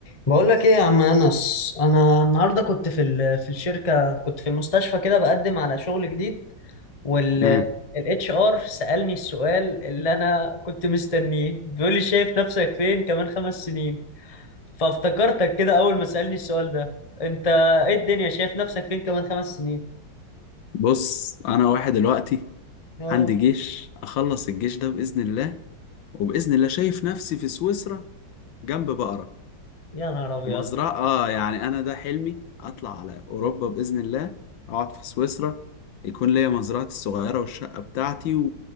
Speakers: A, on the left (about 20°); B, on the left (about 85°).
A: بقول لك ايه يا عم انس انا النهارده كنت في ال- في الشركه كنت في المستشفى كده بقدم على شغل جديد وال
B: امم
A: الاتش ار سالني السؤال اللي انا كنت مستنيه بيقول لي شايف نفسك فين كمان خمس سنين فافتكرتك كده اول ما سالني السؤال ده انت ايه الدنيا شايف نفسك فين كمان خمس سنين
B: بص انا واحد دلوقتي
A: اه
B: عندي جيش اخلص الجيش ده باذن الله وباذن الله شايف نفسي في سويسرا جنب بقرة
A: يا نهار ابيض
B: ومزرعة اه يعني انا ده حلمي اطلع على اوروبا باذن الله اقعد في سويسرا يكون ليا مزرعتي الصغيرة والشقة بتاعتي و...